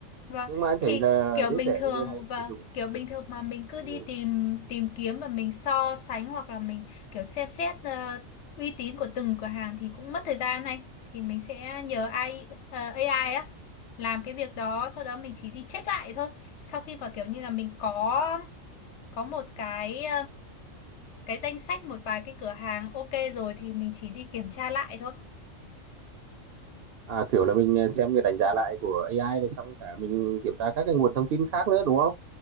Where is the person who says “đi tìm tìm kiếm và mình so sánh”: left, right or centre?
Left